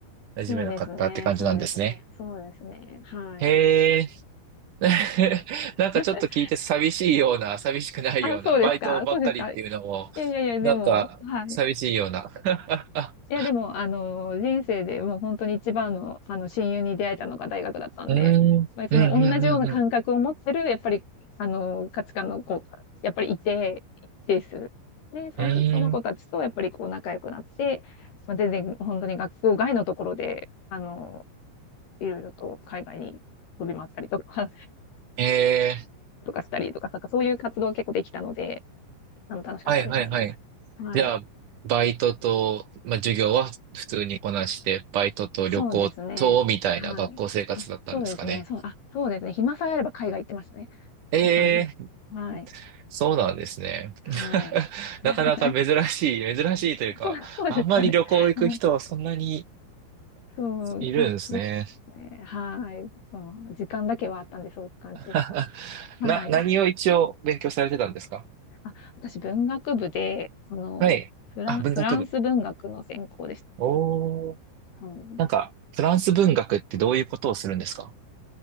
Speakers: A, on the right (about 65°); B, on the left (about 55°).
A: 馴染めなかったって感じなんですね。
B: そうですね、そうですね、そうですね。はい。
A: へね <laughs> なんかちょっと聞いて寂しいような、
B: <laughs>
A: 寂しくないような、
B: あ、そうですか、
A: バイトばっかりっていうのも、
B: そうですか。いやいやいや、でも、
A: なんか寂しいような。
B: はい。
A: <laughs>
B: いや、でも、あの、人生でもう本当に一番の、あの、親友に出会えたのが大学だったんで、
A: うーん、うん、
B: まあ、その同じような感覚を持ってる、
A: うん、うん、
B: やっぱり、あの、価値観の子が、やっぱりいて、一定数。で、そ、
A: うん。うーん、
B: その子たちと、やっぱりこう仲良くなって、まあ、全然本当に学校外のところで、あの、いろいろと海外に飛び回ったりとか、
A: えー、
B: <laughs> とかしたりとか、なんかそういう活動が結構できたので、あの、楽しかったですね。
A: はい、はい、はい。
B: はい。
A: じゃあ、バイトと、まあ、授業は普通にこなして、バイトと旅行と、
B: そうですね。
A: みたいな学校生活だったんですかね。
B: はい。そうですね。そう、あ、そうですね。暇さえあれば海外行ってましたね。
A: ええ
B: そんな感じです。はい。
A: そうなんですね。
B: はい。
A: <laughs>
B: <laughs>
A: なかなか珍しい、珍しいというか、
B: そう、そうですかね。
A: あんまり旅行行く人はそんなに
B: <laughs> はい。そう、
A: いるんですね。
B: あ、そうですね。はい。そう時間だけはあったんで、そういう感じでした。
A: <laughs>
B: はい。
A: な、何を一応勉強されてたんですか
B: あ、私、文学部で、その、
A: はい。
B: フラン、
A: あ、文学部。
B: フランス文学の専攻でした。
A: おー。
B: そうです
A: なんか、フランス文学ってどういうことをするんですか